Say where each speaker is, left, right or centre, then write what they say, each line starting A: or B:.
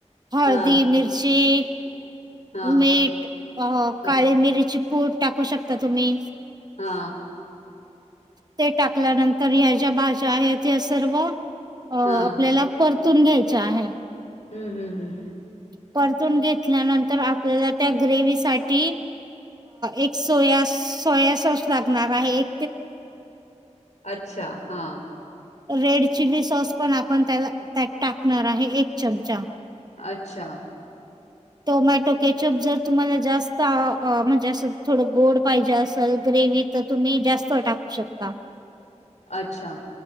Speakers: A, on the right; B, on the left.
A: हळदी
B: हा
A: मिर्ची
B: हा
A: मीठ अ
B: हा
A: काळी मिरची पुड टाकू शकता तुम्ही
B: हा
A: ते टाकल्यानंतर ह्या ज्या भाज्या आहेत ह्या सर्व अ
B: हा
A: आपल्याला परत तुन घ्यायच्या आहे.
B: हम्म हम्म हम्म
A: परतून घेतल्यानंतर आपल्याला त्या ग्रेवी साठी एक सोया सोया सॉस लागणार आहे एक
B: अच्छा हा
A: रेड चिली सॉस पण आपण त्याला त्यात टाकणार आहे एक चमचा
B: अच्छा
A: टोमॅटो केचप जर तुम्हाला जास्त म्हणजे असं थोडं गोड पाहिजे असेल ग्रेव् तर तुम्ही जास्त टाकू शकता
B: अच्छा